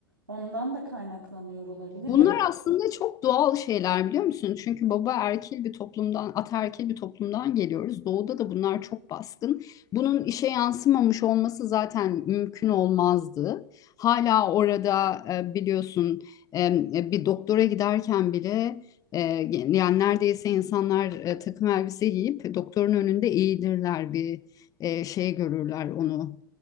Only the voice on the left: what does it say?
Bunlar
aslında çok doğal şeyler biliyor musun? Çünkü baba erkil bir toplumdan, ataerkil bir toplumdan geliyoruz. Doğuda da bunlar çok baskın. Bunun işe yansımamış olması zaten mümkün olmazdı. Hala orada e, biliyorsun e, bir doktora giderken bile e, yani neredeyse insanlar e, takım elbise giyip doktorun önünde eğilirler bir e, şey görürler onu